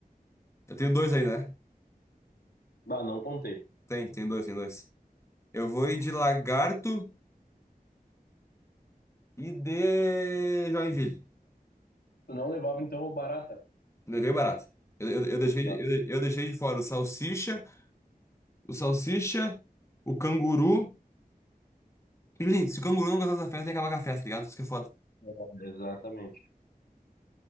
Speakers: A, on the left; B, on the left.
A: Eu tenho dois ainda, né?
B: Ah, não contei.
A: Tem, tem dois, tem dois. Eu vou ir de Lagarto e de Joinville.
B: Tu não levava então o Barata?
A: Levei barato. Eu, eu, eu deixei,
B: Não,
A: de- eu, eu deixei de fora o Salsicha, o Salsicha, o Canguru. E, gente, se o Canguru não gostar da festa, ele acaba com a festa, tá ligado? Isso que é foda.
B: é, exatamente.